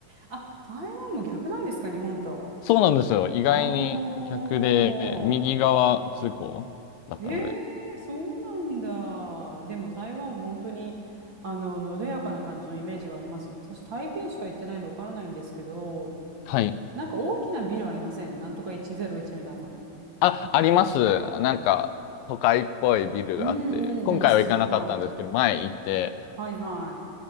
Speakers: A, on the right; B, on the left.
A: あ、台湾も逆なんですか、日本と。
B: そうなんですよ。意外に逆で、
A: ああ。
B: 右側通行だったので。
A: ええーそうなんだ。でも台湾も本当に、あの、のどやかな感じのイメージがありますね。私、台北しか行ってないのでわからないんですけど、
B: はい。
A: なんか大きなビルありませんなんとか101みたいなの。
B: あ、
A: あ、
B: あります。なんか、都会っぽいビルがあって、
A: うんうんうん、
B: 今回は行かなかったんですけど、
A: すごい。
B: 前行って、
A: はいは